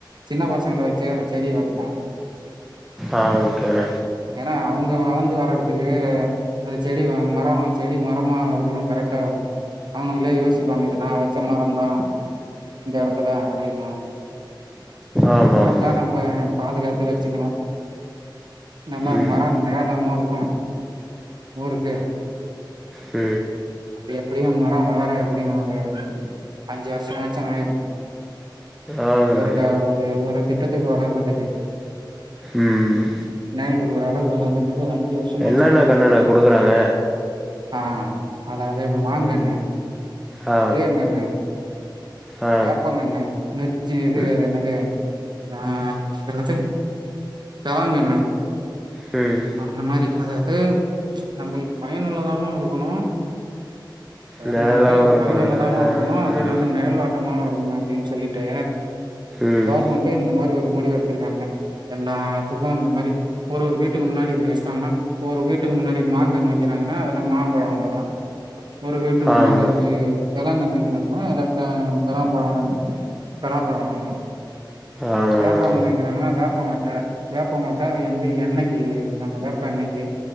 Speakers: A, on the right; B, in the centre.
A: சின்ன பசங்கள வெச்சே அந்த செடிய வெப்பா
B: ஆ ஓகேண்ண
A: ஏன்னா அவங்க வளந்து வரவின் துக்கு அந்த செடி வ மரோ செடி மரமா ஆவுரது கரக்டா இருக்கு அவனுங்களே யோசிப்பாங்க இத நா வச்ச மறந்தா இந்த எடத்துல அப்டின்வாங் என
B: ஆமாம்
A: கரக்டா நம்ப பாதுகாத்து வச்சுக்கணு நல்லா
B: ம்
A: மரன் நேலாமா இருக்கு ஊருக்கு
B: உ
A: அது எப்டியு மரோ வளரு எப்டியு ஒரு அஞ்சு வருஷமாச்சு ஆய்ரு
B: ஆமாண்ண
A: ஒருட ஒரு ஒரு திட்டத்துக்கு வளர்றதுக்கு
B: ம்ம்
A: நய்ல் குடுக்ர அளவ்க் வளரதுக்கு ஒரு அஞ்சி வர்ஷமாட்
B: என்னன்ன கண்ணண்ண குடுக்குறாங்க
A: ஆ அதாவ்து மாங்கண்ணு
B: ஆ
A: புளியங்கண்ணு
B: ஆ
A: வேப்பங்கன்னு நொச்சி இது
B: ம்
A: அது என்னது ஆ எறது தவாங்கண்ணு
B: ம்
A: அந்த மாரி அதாவ்து நம்பள்க்கு பயனுள்ளதாவு இருக்கணு அதாவ்து
B: நேரலாவும்
A: மக்களுக்கு
B: இருக்கணும்ல
A: பயனுள்ளதாவு இருக்கணு அது
B: ம்
A: இல்லாம நேல்வாட் டமா வருதுன்னா அப்டின் சொல்லிட்டு
B: ம்
A: கவர்மண் டே இந்த மாரி ஒரு முடிவு எடுத்துருக்காங்க எல்லாத்துக்கு இந்த மாரி ஒரு ஒரு வீட் ட்டுக்கு முன்னாடி இப்டி வச்சிட்டாங்கன்னா ஒரு வீட்டுக்கு முன்னாடி மாங்கண்ணு வெக்கிறாங்கன்னா அதுல மாம்பழோ வரு ஒரு வீட்டுக்
B: ஆமா
A: முன்னாடி வந்து தெளாங்கண் வெக்கிறாங்கன்னா இல்லப்ப பெளாம்பழம் பெலாப்பழோ வரு
B: ஆமா
A: வேப்பங்கன்னு
B: ஆமா
A: வெக்கிறாங்கன்னா வேப்பங்கொட்ட வேப்பங்கொட்ட எந்த எண்ணைக் கி எடுத்துக்காங்க வேப்பெண்ணைக்கி